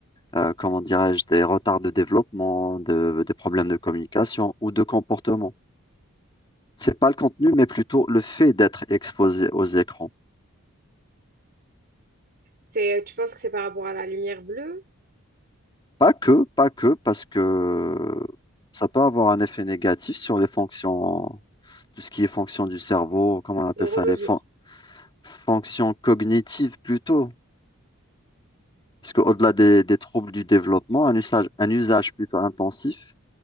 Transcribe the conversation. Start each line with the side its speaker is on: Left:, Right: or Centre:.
Left: euh, comment dirais-je, des retards de développement, de- des problèmes de communication ou de comportement. C'est pas le contenu, mais plutôt le fait d'être exposé aux écrans.
Right: C'est, tu penses que c'est par rapport à la lumière bleue?
Left: Pas que, pas que, parce que ça peut avoir un effet négatif sur les fonctions, tout ce qui est fonction du cerveau, comment on appelle
Right: Neurologique.
Left: ça, les fon- fonctions cognitives plutôt. Parce qu'au-delà des, des troubles du développement, un usage, un usage plutôt intensif